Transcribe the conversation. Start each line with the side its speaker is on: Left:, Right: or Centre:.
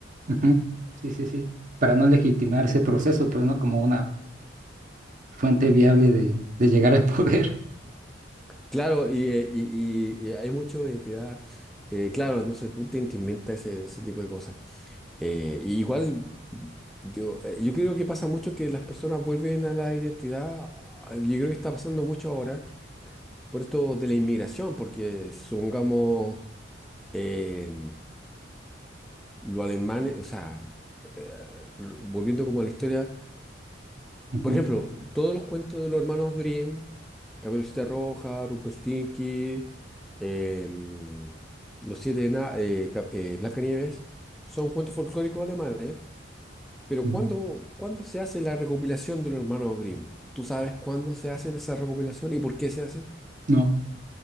Right: ujú, Sí, sí, sí. Para no legitimar ese proceso, pues, ¿no? Como una fuente viable de, de llegar al poder.
Centre: Claro, y, eh, y- y- y hay mucho de identidad. eh, claro, no sé, tú te, te inventas ese, ese tipo de cosas. Eh, y igual, yo, eh, yo creo que pasa mucho que las personas vuelven a la identidad. ah, Yo creo que está pasando mucho ahora por esto de la inmigración, porque supongamos eh, los alemanes, o sea, eh, r- volviendo como a la historia.
Right: Ujú,
Centre: Por ejemplo, todos los cuentos de los hermanos Grimm, Caperucita Roja, Rumpelstiltskin, em, Los Siete Ena- eh, Ca- eh, Blancanieves, son cuentos folclóricos alemanes. Pero
Right: ujú.
Centre: ¿cuándo, cuándo se hace la recopilación de los hermanos Grimm? ¿Tú sabes cuándo se hace esa recopilación y por qué se hace?
Right: No,